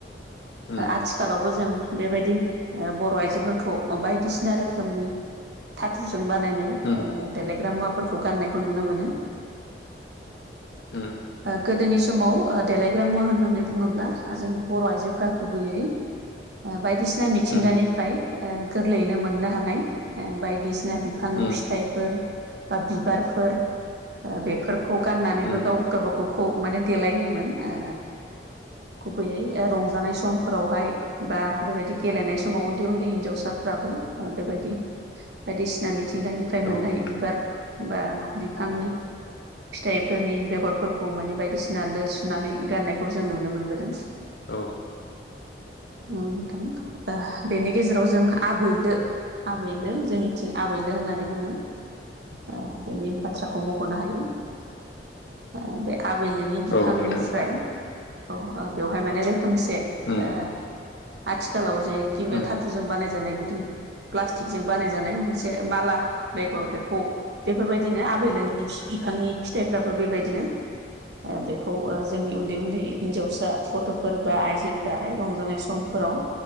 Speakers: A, on the left; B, on the right.
A: उम
B: ओ आथिखालावबो जों बेबायदि बर' आइजोफोरखौ बायदिसिना रोखोमनि थाथुजों बानायनाय
A: उम उम
B: ओ देलायग्रा मुवाफोरखौ गान्नायखौ नुनो मोनो।
A: उम
B: ओ गोदोनि समाव ओ देलायग्रा मुवा होननानै बुङोब्ला ओ जों बर' आइजोफ्रा गुबैयै बायदिसिना मिथिंगानिफ्राय
A: उम
B: ओ गोरलैयैनो मोननो हानाय ओ बायदिसिना बि बिफांनि
A: उम
B: फिथाइफोर बा बिबारफोर ओ बेफोरखौ गाननानैबो
A: उम
B: गाव गावबा गाव खौ माने देलाय होयोमोन ओ गुबैयै रंजानाय सम फोरावहाय बा बेबायदि गेलेनाय समाव उन्दै उन्दै हिनजावसाफ्राबो बेबायदि बायदिसिना मिथिंगानिफ्राय मोननाय
A: औ नोंथां
B: बिबार बा बिफांनि
A: उम
B: फिथाइफोरनि बेगरफोरखौ माने बायदिसिना लो सुनानै गारनायखौ जों नुनो मोनबोदों।
A: औ
B: <inaudible> औ नोंथां ओ बेनि गेजेराव जों आबै लो आबै लो जोंनिथिं आबैलो होननानै बुङो। ओ बेनि बाथ्राखौ मख'नो हायो ओ बे आबै लोनि बिफांनिफ्राय
A: औ नोंथां
B: औ बेवहाय माने रोखोमसे
A: उम
B: ओ आथिखालाव जेखि
A: उम
B: धातुजों बानायजानाय बिदि प्लास्टिकजों बानायजानाय मोनसे माला बेगर बेखौ बेफोरबायदिनो आबै लोनि बिफांनि फिथाइफ्राबो बेबायदिनो। ओ बेखौ जोंनि ओ उन्दै उन्दै हिन्जावसा गथ'फोर बा आयजोफोराहाय रंजानाय सम समफोराव